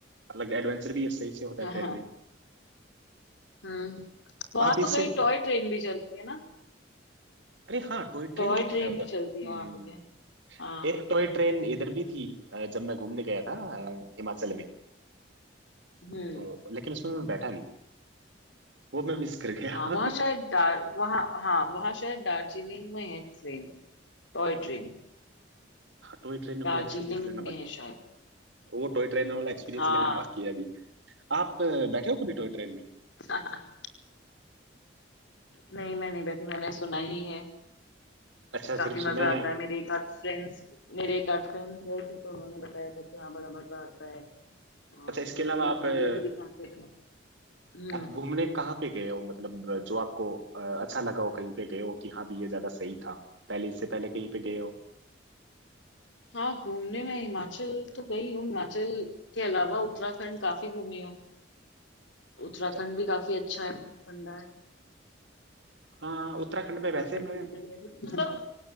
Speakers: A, on the right; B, on the left.
A: अलग एडवेंचर भी सही से होता
B: हाँ
A: है
B: हाँ
A: ट्रेन में
B: हम्म वहां
A: आप इससे
B: तो कई टॉय ट्रेन भी चलती है ना
A: अरे हाँ टॉय ट्रेन
B: टॉय
A: भी तो
B: ट्रेन
A: है उधर
B: भी चलती है
A: हम्म
B: वहां पर के हाँ
A: एक टॉय ट्रेन इधर भी थी अ, जब मैं घूमने गया था अ, हिमाचल में
B: हम्म
A: तो लेकिन उसमें मैं बैठा नहीं वो मैं मिस कर गया
B: हाँ वहाँ शायद दार वहाँ हाँ वहाँ शायद दार्जिलिंग में है ट्रेन टॉय ट्रेन
A: टॉय ट्रेन
B: दार्जिलिंग
A: वाला एक्सपीरियंस लेना
B: में
A: बाकी
B: है शायद
A: वो टॉय ट्रेन वाला एक्सपीरियंस
B: हाँ
A: लेना बाकी है अभी आप अ, बैठे हो कभी टॉय ट्रेन में
B: <laughs> नहीं मैं नहीं बैठी मैंने सुना ही है
A: अच्छा
B: काफी
A: सिर्फ
B: मजा
A: सुना ही है
B: आता है मेरे एक आध फ्रेंड्स मेरे एक आध फ्रेंड्स गए थे तो उन्होंने बताया था कि हाँ बड़ा मजा आता है और
A: अच्छा इसके अलावा
B: फिर
A: आप अ,
B: ये भी दिखाते हैं हम्म
A: आप घूमने कहाँ पे गए हो मतलब अ, जो आपको अ, अच्छा लगा हो कहीं पे गए हो कि हाँ भी ये ज्यादा सही था पहले इससे पहले कहीं पे गए हो
B: हाँ घूमने में हिमाचल तो गई हूँ हिमाचल के अलावा उत्तराखंड काफी घूमी हूँ उत्तराखंड
A: अच्छा
B: भी काफी अच्छा है ठंडा है
A: हाँ उत्तराखंड
B: उत्तराखंड
A: में वैसे मैं
B: में भी कई ऐसी मतलब